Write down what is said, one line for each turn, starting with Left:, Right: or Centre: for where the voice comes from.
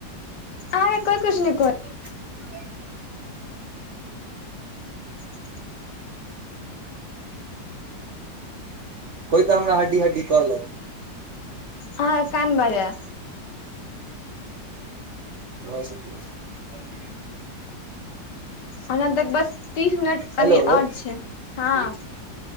Left: आय कोइ किछो नै कहतै
Right: <unintelligible>
Left: <inaudible>
Right: कोइ तऽ हमरा हड्डी हड्डी कहलक
Left: हँ कान बाजा
Right: भऽ सकैत छै
Left: ओना तक बस तीस मिनट कनि
Right: हेलो
Left: आओर छै हँ